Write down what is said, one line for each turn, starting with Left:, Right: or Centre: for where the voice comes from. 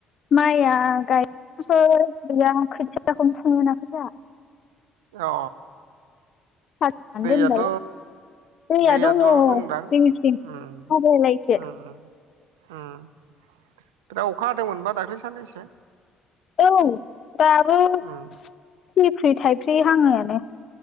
Left: माइआ गायफोर गैया खोथियाखौनो फुनो मोनाखै जोंहा।
Right: अ
Left: हालेवनानै
Right: दैयाथ'
Left: दोनबाय दैया
Right: दैयाथ'
Left: दङ जोंनिथिं
Right: दंदां उम
Left: आग्लायलायसो
Right: उम उम। उम बिराद अखा हादोंमोनबा दाख्लै साननैसो।
Left: औ दाबो
Right: उम
Left: फ्रिफ्रि थाइफ्रि हाङोआनो।